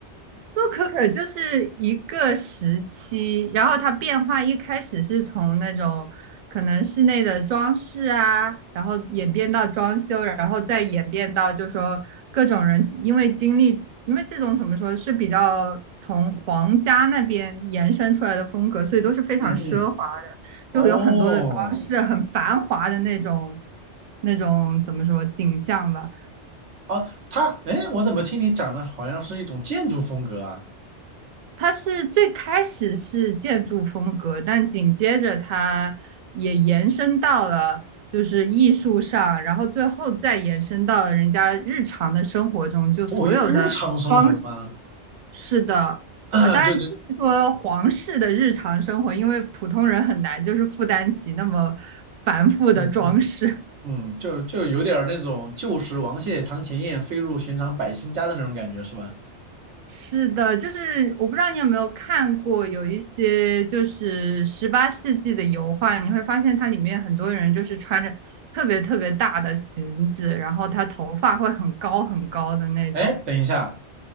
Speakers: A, on the right; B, on the right.
A: 洛可可就是一个时期，然后它变化一开始是从那种可能室内的装饰啊，然后演变到装修，然后再演变到就说各种人因为经历，因为这种怎么说是比较从皇家那边延伸出来的风格，所以都是非常奢华的，
B: 嗯嗯，
A: 就有很多的装饰，
B: 哦，
A: 很繁华的那种那种怎么说景象吧。
B: 啊，它，哎，我怎么听你讲的好像是一种建筑风格啊？
A: 它是最开始是建筑风格，但紧接着它也延伸到了就是艺术上，然后最后再延伸到了人家日常的生活中，就所有的装
B: 哦，日常生活吗？
A: 饰的
B: <coughs>
A: 啊，当然只是说皇室的日常生活，
B: <clears throat> 就是，
A: 因为普通人很难就是负担起那么繁复的装饰。
B: 嗯嗯嗯，就就有点儿那种旧时王谢堂前燕，飞入寻常百姓家的那种感觉是吧？
A: 是的，就是我不知道你有没有看过，有一些就是十八世纪的油画，你会发现它里面很多人就是穿着特别特别大的裙子，然后他头发会很高很高的那种。
B: 哎，等一下。